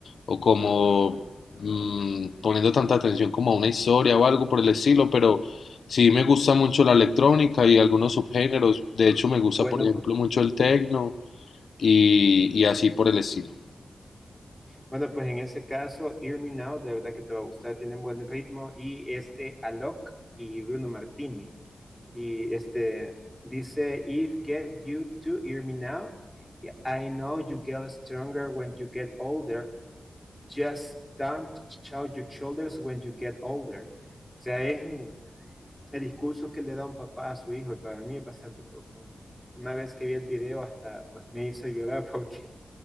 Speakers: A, on the left; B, in the centre.
A: o como mm, poniendo tanta atención como a una historia o algo por el estilo, pero sí me gusta mucho la electrónica y algunos subgéneros. De hecho, me gusta,
B: Bueno,
A: por ejemplo,
B: pues
A: mucho el techno y, y así por el estilo.
B: Bueno, pues en ese caso, Hear Me Now, de verdad que te va a gustar, tienen buen ritmo. Y este Alok y Bruno Martini. Y este dice: If get you to hear me now, I know you get stronger when you get older. Just don't shout your shoulders when you get older. O sea, es el discurso que le da un papá a su hijo y para mí es bastante profundo. Una vez que vi el video hasta pues me hizo llorar <laughs> porque